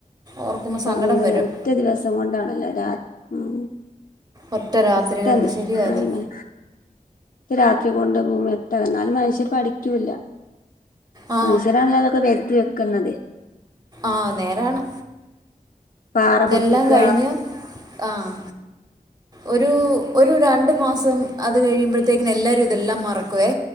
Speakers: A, on the right; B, on the left.
A: ഓർക്കുമ്പോ സങ്കടം
B: ഒഴിവ
A: വരും
B: ഒറ്റ ദിവസം കൊണ്ടാണല്ലോ രാത് ഉം
A: ഒറ്റ രാത്രി
B: പെട്ടെന്ന്
A: കൊണ്ട് ശരിയാ
B: അതന്നെ
A: അത്
B: ഒറ്റ രാത്രി കൊണ്ട് ഭൂമി ഇട്ട എന്നാലും മനുഷ്യർ പഠിക്കൂല്ല
A: ആ
B: മനുഷ്യരാണല്ലോ ഇതൊക്കെ വരുത്തി വെക്കുന്നതെ
A: ആഹ് നേരാണ്
B: പാറ
A: ഇതെല്ലാം
B: പൊട്ടിക്ക
A: കഴിഞ്ഞ് ആഹ് ഒരു ഒരു രണ്ടു മാസം അത് കഴിയുമ്പോഴത്തേക്കിന് എല്ലാരും ഇതെല്ലാം മറക്കുവേ